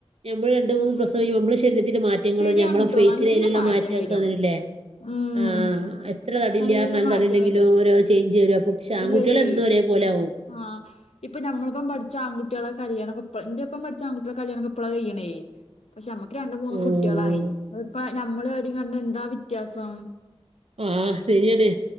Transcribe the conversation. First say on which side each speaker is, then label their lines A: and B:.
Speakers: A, on the right; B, on the left.
A: ഞമ്മള് രണ്ട് മൂന്ന് പ്രസവം കയ്യുമ്പോ ഞമ്മളെ ശരീരത്തിന്റെ മാറ്റ റ്റങ്ങളും
B: ശരിയാണ്
A: ഞമ്മളെ
B: ട്ടോ
A: ഫേസിലയിനുള്ള
B: നല്ല മാറ്റം
A: മാറ്റൊക്കെ
B: വരും
A: അങ്ങനല്ലേ
B: ഉം
A: ആഹ് എത്ര തടില്ല്യാറഞ്ഞാലും
B: നല്ല മാറ്റം
A: തടിണ്ടെങ്കിലും
B: വരും
A: ഓരോ ചേഞ്ച് വര് രും പുക്ഷാൺകുട്ട്യാള്
B: ഇത് വരും
A: എന്നും ഒരേപോലാവും
B: ആഹ് ഇപ്പൊഞമ്മളിപ്പം പഠിച്ച ആൺകുട്ട്യാള കല്യാണക്കപ്പളാ ഇന്റെപ്പം പഠിച്ച ആൺകുട്യാളെ കല്യാണൊക്കെ ഇപ്പളാ കെയ്യണേ പക്ഷെ ഞമ്മക്ക് രണ്ടും മൂന്നും
A: ഉം
B: കുട്ട്യാളായി അതിപ്പ നമ്മളേം അവരേം കണ്ട എന്താ വ്യത്യാസം
A: ആഹ് ശരിയാണെ